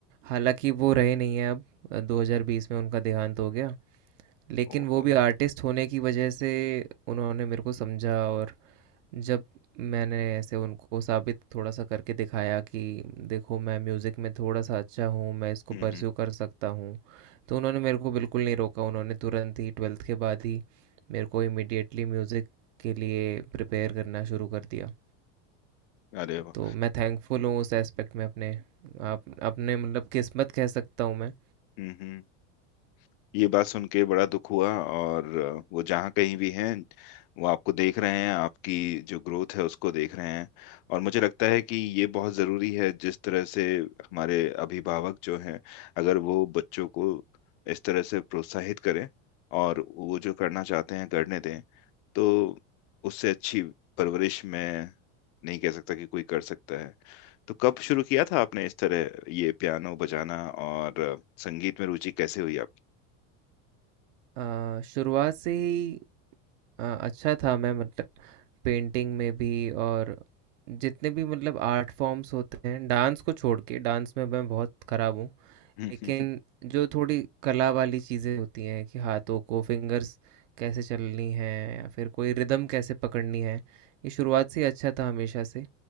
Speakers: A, on the right; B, on the left.
A: हालाँकि वो रहे नहीं हैं अब अ, 2020 में उनका देहांत हो गया। लेकिन
B: ओहो
A: वो भी आर्टिस्ट होने की वजह से उन्होंने मेरे को समझा और जब मैंने ऐसे उनको साबित थोड़ा सा करके दिखाया कि देखो मैं म्यूज़िक में थोड़ा सा अच्छा हूँ मैं इसको
B: हम्म हम्म
A: परस्यू कर सकता हूँ तो उन्होंने मेरे को बिल्कुल नहीं रोका उन्होंने तुरंत ही ट्वेल्थ के बाद ही मेरे को इमिडिएटली म्यूज़िक के लिए प्रिपेयर करना शुरू कर दिया
B: अरे वाह
A: तो मैं थैंकफुल हूँ उस एस्पेक्ट में अपने आप अपने मतलब किस्मत कह सकता हूँ मैं
B: हम्म हम्म ये बात सुन के बड़ा दुख हुआ और अ, वो जहाँ कहीं भी हैं वो आपको देख रहे हैं आपकी जो ग्रोथ है उसको देख रहे हैं और मुझे लगता है कि ये बहुत ज़रूरी है जिस तरह से हमारे अभिभावक जो हैं अगर वो बच्चों को इस तरह से प्रोत्साहित करें और वो जो करना चाहते हैं करने दें तो उससे अच्छी परवरिश मैं नहीं कह सकता कि कोई कर सकता है तो कब शुरू किया था आपने इस तरह ये पियानो बजाना और अ, संगीत में रुचि कैसे हुई
A: अ, शुरुआत से ही अ, अच्छा था मैं मतलब पेंटिंग में भी और जितने भी मतलब आर्ट फॉर्म्स होते हैं डांस को छोड़ के डांस में मैं बहुत खराब हूँ
B: हम्म,
A: लेकिन जो थोड़ी कला वाली चीज़ें होती हैं कि हाथों को फिंगर्स कैसे चलनी है या फिर कोई रिदम कैसे पकड़नी है ये शुरुआत से ही अच्छा था हमेशा से